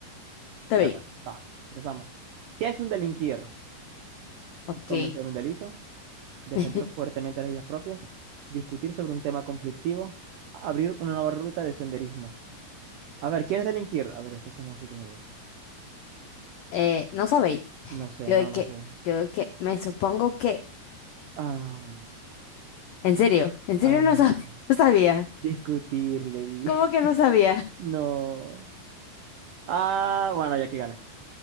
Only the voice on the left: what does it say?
está
bien.
Ok.
<laughs>
Eh, no sabéis.
Yo de
que,
yo de que, me supongo que.
¿En serio? ¿En serio
no sab- <laughs> no sabía?
¿Cómo que no sabía?